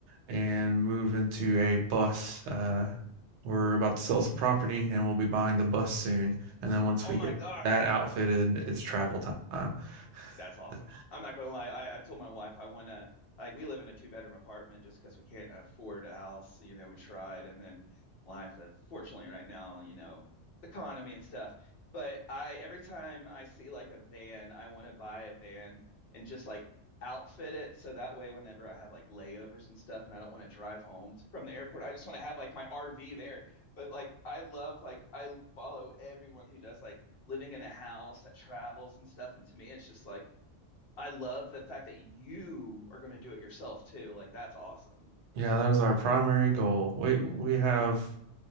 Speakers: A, on the right; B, on the left.
A: and move into a bus. Uh, we're about to sell some property and we'll be buying the bus soon. And then once
B: Oh
A: we
B: my
A: get
B: gosh.
A: that outfitted, it's travel time. <laughs>
B: That's awesome. I'm not gonna lie. I, I told my wife I wanna like we live in a two bedroom apartment just because we can't afford a house. You know, we tried, and then life, uh, fortunately, right now, you know, the economy and stuff. But I every time I see like a van, I want to buy a van and just like outfit it so that way whenever I have like layovers and stuff, and I don't want to drive home from the airport, I just want to have like my RV there. But like I love like I follow everyone who does like living in a house that travels and stuff. And to me, it's just like I love the fact that you are going to do it yourself too. Like that's awesome.
A: Yeah, that is our primary goal. We we have